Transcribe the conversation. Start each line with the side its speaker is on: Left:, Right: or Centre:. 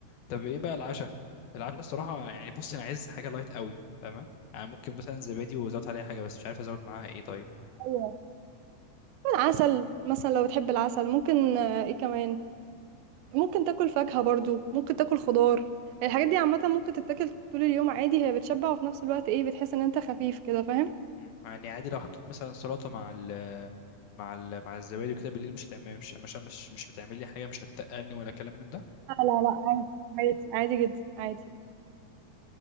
Left: طب إيه بقى العشاء؟ العشاء الصراحة يعني بص أنا عايز حاجة لايت أوي فاهمة؟ يعني ممكن مثلا زبادي وأزود عليها حاجة بس مش عارف أزود معاها إيه طيب
Right: ايوه عسل مثلا لو بتحب العسل ممكن آه، ايه كمان ممكن تاكل فاكهة برضو ممكن تاكل خضار الحاجات دي عامة ممكن تتاكل طول اليوم عادي هي بتشبع وفي نفس الوقت ايه بتحس ان انت خفيف كده فاهم
Left: مم، يعني عادي لو حطيت مثلا سلطة مع ال مع ال مع الزبادي وكده بالليل مش هتعمل مش مش مش مش هتعمل لي حاجة مش هتتقلني ولا كلام من ده
Right: لا لا لا عادي عادي عادي جدا عادي